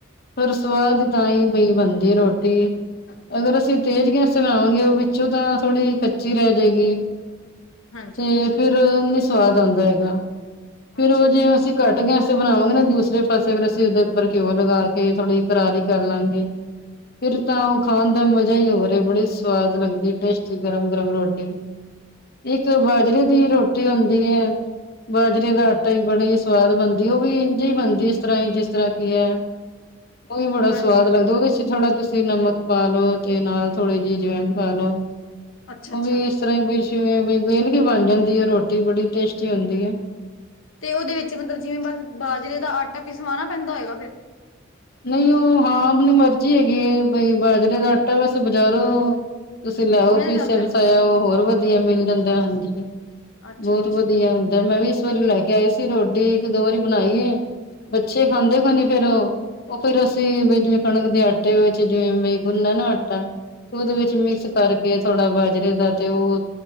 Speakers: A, on the left; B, on the left.
A: ਪਰ ਸਵਾਦ ਤਾਂ ਹੀ ਬਈ ਬਣਦੀ ਐ ਰੋਟੀ। ਅਗਰ ਅਸੀਂ ਤੇਜ਼ ਗੈਂਸ ਤੇ ਬਣਾਵਾਂਗੇ ਓ ਵਿੱਚੋਂ ਤਾਂ ਥੋੜ੍ਹੀ ਕੱਚੀ ਰੈ ਜੇਗੀ।
B: ਹਾਂਜੀ-ਹਾਂਜੀ,
A: ਤੇ ਫੇਰ ਨਈ ਸਵਾਦ ਆਂਦਾ ਹੈਗਾ, ਫਿਰ
B: ਅੱਛਾ
A: ਓਹ ਜੇ
B: ਜੀ,
A: ਅਸੀਂ ਘੱਟ ਗੈਸ ਤੇ ਬਣਾਵਾਂਗੇ ਨਾ ਦੂਸਰੇ ਪਾਸੇ ਫੇਰ ਅਸੀਂ ਓਦੇ ਉੱਪਰ ਘਿਓ ਲਗਾ ਕੇ ਥੋੜੀ ਕਰਾਰੀ ਕਰ ਲਾਂਗੇ। ਫੇਰ ਤਾਂ ਓ ਖਾਣ ਦਾ ਮਜ਼ਾ ਈ ਹੋਰ ਐ ਬੜੀ ਸਵਾਦ ਲੱਗਦੀ ਟੇਸਟੀ, ਗਰਮ-ਗਰਮ ਰੋਟੀ। ਇੱਕ ਬਾਜਰੇ ਦੀ ਰੋਟੀ ਹੋਂਦੀ ਐ, ਬਾਜਰੇ ਦਾ ਆਟਾ ਈ ਬੜੇ ਤੇ ਸਵਾਦ ਬਣਦੀ ਏ ਓ ਵੀ ਇੰਝੇ ਈ ਬਣਦੀ ਇਸ ਤਰਾਂ ਈ ਜਿਸ ਤਰਾਂ ਕੀ ਐ ਓ ਵੀ
B: ਹਾਂਜੀ-ਹਾਂਜੀ।
A: ਬੜਾ ਸਵਾਦ ਲੱਗਦੈ ਓਦੇ ਚ ਈ ਥੋੜਾ ਤੁਸ ਤੇ ਨਮਕ ਪਾ ਲੋੋ ਤੇ ਨਾਲ ਥੋੜੇ ਜੀ ਜਵਾਇਨ ਪਾ ਲੋ
B: ਅੱਛਾ-ਅੱਛਾ,
A: ਓ ਵੀ ਇਸ ਤਰਾਂ ਬਈਸ਼ ਜਿਵੇਂ ਬਈ ਵੇਲ ਕੇ ਬਣ ਜਾਂਦੀ ਐ ਰੋਟੀ ਬੜੀ ਟੇਸਟੀ ਹੁੰਦੀ ਐ।
B: ਤੇ ਓਦੇ ਵਿੱਚ ਮਤਲਬ ਜਿਵੇਂ ਬਸ ਬਾਜਰੇ ਦਾ ਆਟਾ ਪਿਸਵਾਨਾ ਪੈਂਦਾ ਹੈਏਗਾ ਫੇਰ
A: ਨਈਂ ਓ ਹਾਂ ਅਪਨੀ ਮਰਜੀ ਹੈਗੀ ਐ ਬਈ ਬਾਜਰੇ ਦਾ ਆਟਾ ਵੈਸੇ ਬਜ਼ਾਰੋ ਤੁਸੀਂ ਲੈ ਆਓ
B: ਮਿਲ
A: ਪੀਸਿਆ-ਪਿਸਾਆ
B: ਜਾਂਦਾ
A: ਓ ਹੋਰ ਵਦੀਆ ਮਿਲ
B: ਅੱਛਾ,
A: ਜਾਂਦਾ ਹਾਂਜੀ।
B: ਅੱਛਾ-ਅੱਛਾ,
A: ਬਹੋਤ ਵਦੀਆ ਹੁੰਦਾ ਮੈਂ ਵੀ ਇਸ ਵਾਰੀ ਲੈ ਕੇ ਲੇਆਈ ਸੀ ਰੋਟੀ ਇੱਕ-ਦੋ ਵਾਰੀ ਬਣਾਈ ਐ, ਬੱਚੇ ਖਾਂਦੇ ਕੋਈ ਨੀ ਫੇਰ ਓ ਓ ਫੇਰ ਅਸੀਂ ਵੀ ਜਿਵੇਂ ਕਣਕ ਦੇ ਆਟੇ ਵਿੱਚ ਜਿਵੇਂ ਬਈ ਗੁੰਨਨੈ ਨਾ ਆਟਾ ਤੇ ਓਦੇ ਵਿੱਚ ਮਿਕਸ ਕਰਕੇ ਥੋੜਾ ਬਾਜਰੇ ਦਾ ਤੇ ਓ